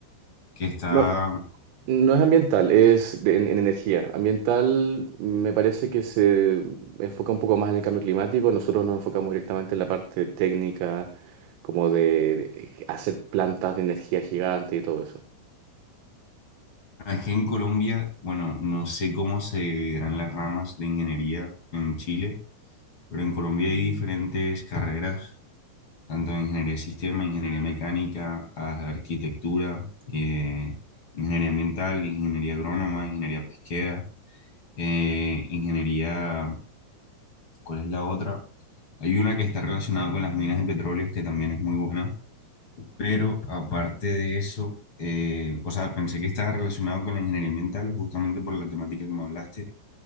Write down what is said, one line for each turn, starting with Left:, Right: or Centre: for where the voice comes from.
Left: que está,
Right: no, no es ambiental, es de- en, en energía. Ambiental me parece que se enfoca un poco más en el cambio climático. Nosotros nos enfocamos directamente en la parte técnica, como de, de hacer plantas de energía gigante y todo eso.
Left: es que en Colombia, bueno, no sé cómo se dividirán las ramas de ingeniería en Chile, pero en Colombia hay diferentes carreras, tanto de ingeniería de sistema, ingeniería mecánica, a- arquitectura, eh, ingeniería ambiental, ingeniería agrónoma, ingeniería pesquera, eh, ingeniería, ¿cuál es la otra? Hay una que está relacionada con las minas de petróleo que también es muy buena pero aparte de eso, eh, o sea, pensé que estaba relacionado con la ingeniería ambiental justamente por la temática que me hablaste,